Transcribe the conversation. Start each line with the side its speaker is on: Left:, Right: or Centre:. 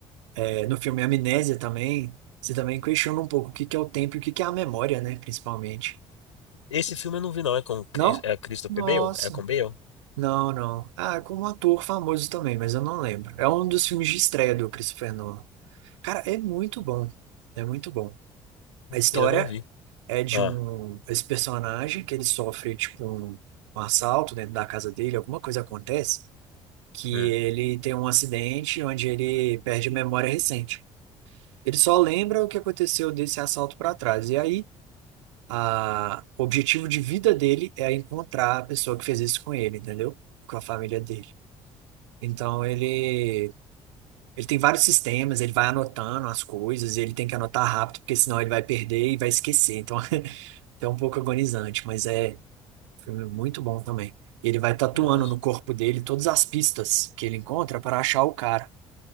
Right: é, no filme Amnésia também, você também questiona um pouco o que que é o tempo e o que que é a memória, né? Principalmente.
Left: Esse filme eu não vi, não. É com Chris-
Right: Não?
Left: é Christopher
Right: Nossa.
Left: Bale? É com Bale?
Right: Não, não. Ah, é com um ator famoso também, mas eu não lembro. É um dos filmes de estreia do Christopher Nolan. Cara, é muito bom. É muito bom. A história
Left: Eu não vi.
Right: é de
Left: Ah,
Right: um esse personagem que ele sofre tipo um, um assalto dentro da casa dele, alguma coisa acontece que
Left: hum.
Right: ele tem um acidente onde ele perde a memória recente. Ele só lembra o que aconteceu desse assalto para trás. E aí a o objetivo de vida dele é encontrar a pessoa que fez isso com ele, entendeu? Com a família dele. Então ele Ele tem vários sistemas, ele vai anotando as coisas, ele tem que anotar rápido, porque senão ele vai perder e vai esquecer. Então, <laughs> É um pouco agonizante, mas é um filme muito bom também. E ele vai tatuando
Left: Nossa.
Right: no corpo dele todas as pistas que ele encontra para achar o cara.